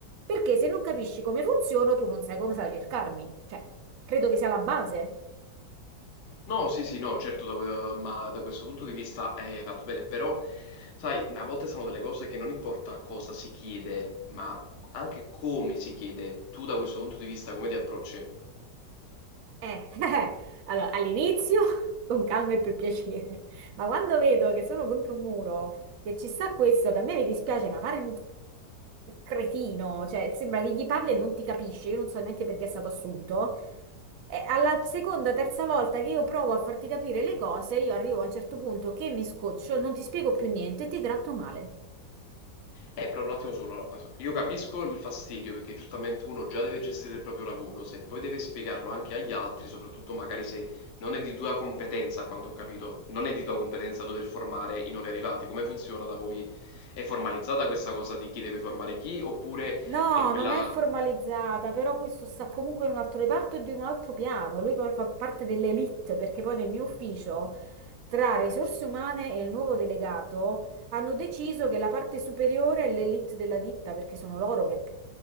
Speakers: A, on the right; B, on the left.
A: perché se non capisci come funziono tu non sai come sai cercarmi, cioè credo che sia la base.
B: No, sì, sì, no, certo, da, que- ma da questo punto di vista hai fatto bene, però, sai, a volte sono delle cose che non importa cosa si chiede, ma anche come si chiede. Tu da questo punto di vista come ti approcci?
A: Eh, <laughs> allora, all'inizio <laughs> con calma e per piacere, ma quando vedo che sono contro un muro, che ci sta questo, che a me mi dispiace, ma pare un un cretino, cioè sembra che gli parli e non ti capisce, io non so neanche perché è stato assunto, e alla seconda, terza volta che io provo a farti capire le cose, io arrivo a un certo punto che mi scoccio, non ti spiego più niente e ti tratto male.
B: Eh, però un attimo solo, io capisco il fastidio perché giustamente uno già deve gestire il proprio lavoro, se poi deve spiegarlo anche agli altri, soprattutto magari se non è di tua competenza, a quanto ho capito, non è di tua competenza dover formare i nuovi arrivati, come funziona da voi? È formalizzata questa cosa di chi deve formare chi, oppure
A: No,
B: è quella...
A: non è formalizzata,
B: Ok.
A: però questo sta comunque in un altro reparto e di un altro piano. Lui poi fa parte dell'elite, perché poi nel mio ufficio, tra risorse umane e il nuovo delegato, hanno deciso che la parte superiore è l'elite della ditta, perché sono loro che